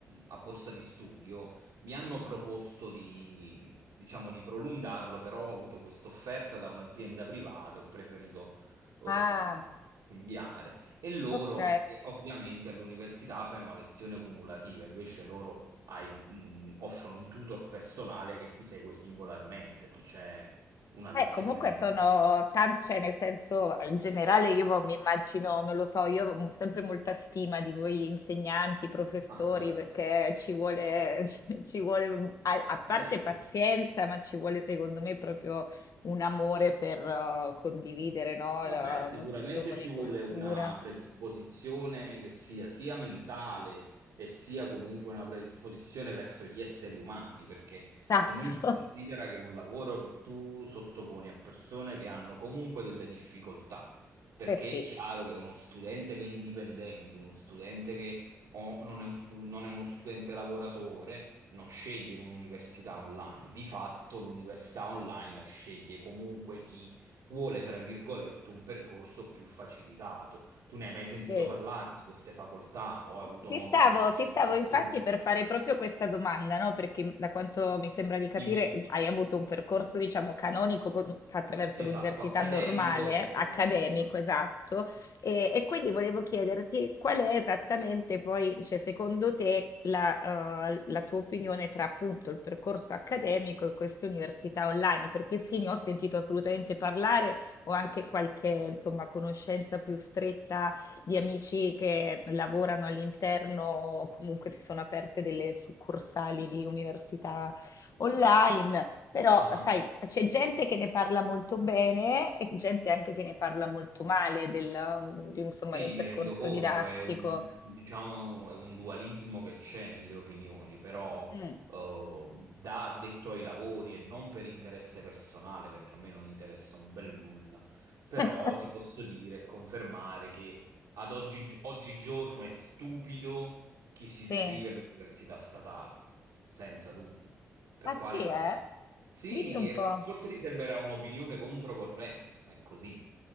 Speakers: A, on the right; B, on the left.
A: a borsa di studio. Mi hanno proposto di, diciamo, di prolungarlo, però ho avuto questa offerta da un'azienda privata e ho preferito ehm,
B: Ah,
A: cambiare. E loro,
B: ok.
A: eh, ovviamente, all'università fanno una lezione cumulativa, invece loro hai- mh, offrono un tutor personale che ti segue singolarmente, non c'è una lezione
B: Eh, comunque sono
A: con...
B: tanti, cioè nel senso, in generale io mi immagino, non lo so, io ho sempre molta stima di voi insegnanti, professori,
A: Ah, grazie.
B: perché ci vuole, <laughs> ci ci vuole, a, a parte
A: Eh, sì.
B: pazienza, ma ci vuole secondo me proprio un amore per eh, condividere, no?
A: Vabbè,
B: La, Eh,
A: sicuramente
B: nozioni,
A: ci
B: cultura.
A: vuole una predisposizione che sia sia mentale e sia comunque una predisposizione verso gli esseri umani, perché
B: Esatto.
A: comunque considera
B: <laughs>
A: che è un lavoro che tu sottoponi a persone che hanno comunque delle difficoltà, perché
B: Eh sì,
A: è chiaro che uno studente che è indipendente, uno studente che o non è un stu- non è uno studente lavoratore, non sceglie un'università online. Di fatto l'università online la sceglie comunque chi vuole, tra virgolette, un percorso più facilitato. Tu ne hai mai sentito
B: sì.
A: parlare di queste facoltà o hai avuto
B: Ti
A: modo
B: stavo,
A: di conoscere
B: ti stavo
A: qualcuno?
B: infatti per fare proprio questa domanda, no? Perché da quanto mi sembra di
A: Dimmi
B: capire
A: tutto.
B: hai avuto un percorso, diciamo, canonico con- attraverso
A: Esatto,
B: l'università
A: accademico
B: normale,
A: e poi...
B: accademico,
A: Esatto.
B: esatto, e, e quindi volevo chiederti qual è esattamente poi, cioè, secondo te, la, eh, la tua opinione tra appunto il percorso accademico e queste università online, perché sì, ne ho sentito assolutamente parlare, ho anche qualche, insomma, conoscenza più stretta di amici che lavorano all'interno, o comunque si sono aperte delle succursali di università online, però
A: Ah,
B: sai, c'è gente che ne parla molto bene e gente anche che ne parla molto male del, di- insomma,
A: Sì,
B: del
A: mi
B: percorso
A: rendo conto,
B: didattico.
A: è un, diciamo, è un dualismo che c'è nelle opinioni, però
B: Mm.
A: eh, da addetto ai lavori e non per interesse personale, perché a me non interessa un bel nulla, però
B: <laughs>
A: ti posso dire e confermare che ad oggi, oggigiorno è stupido chi si
B: Sì,
A: iscrive all'università statale, senza dubbi. Per
B: ma
A: quale
B: sì,
A: motivo?
B: eh?
A: Sì,
B: Dimmi un
A: e
B: po'.
A: forse ti sembrerà un'opinione controcorrente, ma è così.